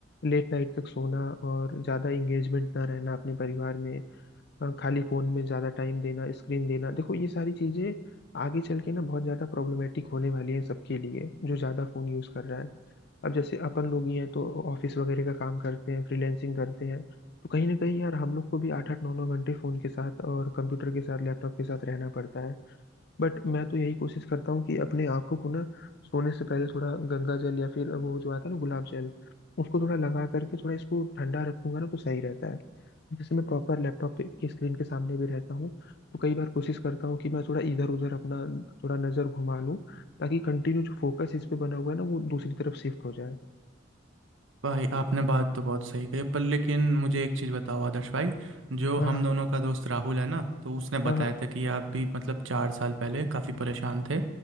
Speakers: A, on the left; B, on the right.
A: लेट नाइट तक सोना और ज्यादा इंगेजमेंट ना रहना अपने परिवार में अ, खाली फोन में ज्यादा टाइम देना स्क्रीन देना देखो ये सारी चीजें आगे चल के ना बहुत ज्यादा प्रॉब्लमेटिक होने वाली है सबके लिए जो ज्यादा फोन यूज कर रहा है अब जैसे अपन लोग ही हैं तो ऑफिस वगैरह का काम करते हैं फ्रीलैंसिंग करते हैं तो कहीं ना कहीं यार हम लोग को भी आठ आठ नौ नौ घंटे फोन के साथ और कंप्यूटर के साथ लैपटॉप के साथ रहना पड़ता है बट मैं तो यही कोशिश करता हूँ कि अपने आंखों को ना सोने से पहले थोड़ा गंगा जल या फिर वो जो आता है ना गुलाब जल उसको थोड़ा लगा करके थोड़ा इसको ठंडा रखूंगा ना तो सही रहता है जैसे मैं प्रॉपर लैपटॉप पे की स्क्रीन के सामने भी रहता हूँ तो कई बार कोशिश करता हूँ कि मैं थोड़ा इधर उधर अपना थोड़ा नज़र घुमा लूँ ताकि कंटिन्यू जो फोकस इस पे बना हुआ है ना वो दूसरी तरफ शिफ्ट हो जाए
B: भाई आपने बात तो बहुत सही कही पर लेकिन मुझे एक चीज़ बताओ आदर्श भाई जो
A: हाँ
B: हम
A: हाँ
B: दोनों का दोस्त राहुल है ना तो उसने
A: हाँ
B: बताया
A: हाँ
B: था कि आप भी मतलब चार साल पहले काफ़ी परेशान थे